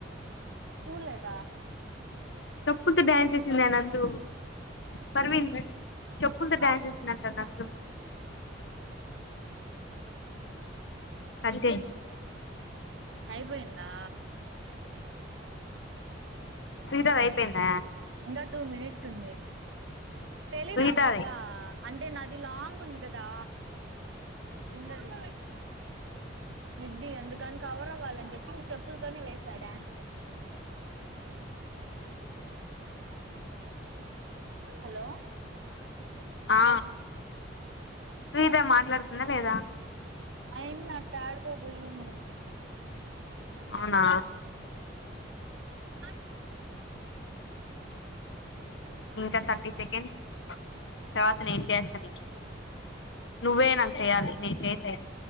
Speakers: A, on the right (about 85°); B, on the left (about 70°).
A: సుతమ్
B: చెప్పుతో డ్యాన్స్ చేసింది ఏ నందు పరవింద్ చెప్పులతో
A: ఆ
B: డాన్స్ ఏసిందట నందు కట్ చెయ్
A: అయిపోయిందా
B: సునీతది అయిపోయిందా
A: ఇంకా టూ మినిట్స్ ఉంది తెలీదా
B: సునీతది
A: ఇకా అంటే నాది లాంగ్ ఉంది కదా ఉండవే మిడ్డీ అందుకని కవర్ అవ్వాలని చెప్పి నువ్వు చెప్పులతోనే వేసా డ్యాన్స్ హలో
B: ఆ సూత మాట్లాడుతుందా లేదా
A: అయన్ని అట్ట ఆడుకోపోయింది
B: అవునా
A: నా
B: ఇంకా థర్టీ సెకండ్స్. తర్వాత నేం చేస్తా నీకు నువ్వే నాకు చేయ్యాలి నేను చేసే.